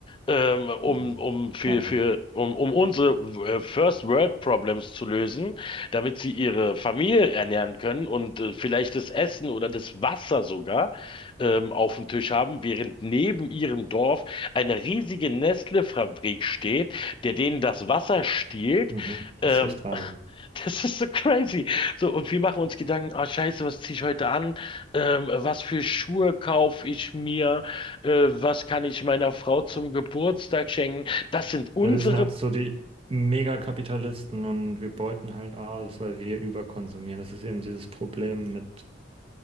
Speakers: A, on the left; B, on the right.
A: ähm, um,
B: Ja,
A: um, für,
B: Wahnsinn.
A: für, um, um unsere äh, First World Problems zu lösen, damit sie ihre Familie ernähren können und äh, vielleicht das Essen oder das Wasser sogar ähm, auf dem Tisch haben, während neben ihrem Dorf eine riesige Nestle-Fabrik steht, der denen das Wasser stiehlt.
B: Mhm.
A: Ähm,
B: Das ist echt Wahnsinn.
A: das ist so crazy. So, und wir machen uns Gedanken, ah, scheiße, was ziehe ich heute an? Ähm, was für Schuhe kaufe ich mir? Äh, was kann ich meiner Frau zum Geburtstag schenken? Das sind unsere.
B: Ja, wir sind halt so die Megakapitalisten und wir beuten halt aus, weil wir überkonsumieren. Das ist eben dieses Problem mit